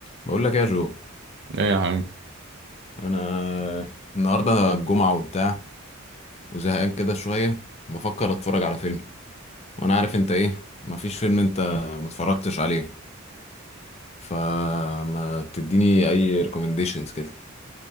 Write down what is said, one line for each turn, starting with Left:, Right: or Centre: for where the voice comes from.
Left: بقول لك إيه يا جو
Right: ايه يا حبيبي
Left: انا النهارده الجمعه وبتاع وزهقان كده شويه بفكر اتفرج على فيلم وانا عارف انت ايه مفيش فيلم انت متفرجتش عليه فما تديني اي ريكومنديشنز كده